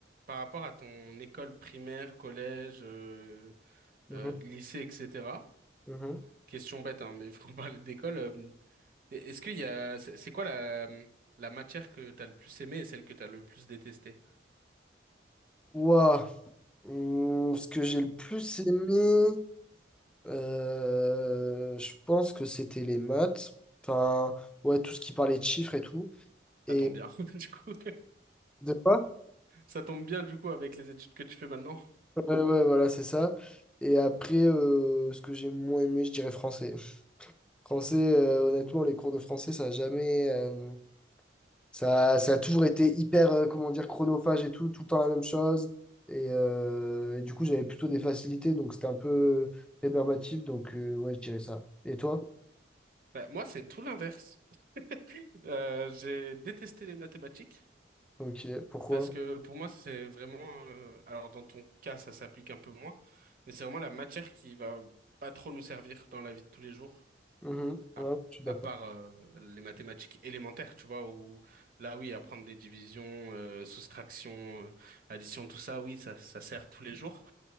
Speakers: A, on the right; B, in the centre.
A: par rapport à ton école primaire, collège, euh,
B: Mhm,
A: euh, lycée, etc.,
B: mhm.
A: question bête, hein, mais <laughs> il faut parler d'école, euh, est-ce qu'il y a, c'est c'est quoi la, la matière que t'as le plus aimée et celle que t'as le plus détestée?
B: Ouah, hum, ce que j'ai le plus aimé. Euh, je pense que c'était les maths. Enfin, ouais, tout ce qui parlait de chiffres et tout. Et
A: Ça tombe bien, <laughs> du coup.
B: de quoi?
A: Ça tombe bien, du coup, avec les études que tu fais maintenant.
B: Ouais, ouais, voilà, c'est ça. Et après, euh, ce que j'ai moins aimé, je dirais français. <laughs> Français, euh, honnêtement, les cours de français, ça a jamais. euh, ça, ça a toujours été hyper, euh, comment dire, chronophage et tout, tout le temps la même chose. Et, euh, et du coup, j'avais plutôt des facilités, donc c'était un peu rébarbatif. Donc, euh, ouais, je dirais ça. Et toi?
A: Bah, moi, c'est tout l'inverse. <laughs> Euh, j'ai détesté les mathématiques.
B: Ok, pourquoi?
A: Parce que pour moi, c'est vraiment... euh, alors dans ton cas, ça s'applique un peu moins, mais c'est vraiment la matière qui va pas trop nous servir dans la vie de tous les jours,
B: Mhm,
A: à,
B: ouais, je suis d'accord.
A: à part euh, les mathématiques élémentaires, tu vois, où là, oui, apprendre des divisions, euh, soustractions, euh, additions, tout ça, oui, ça, ça sert tous les jours.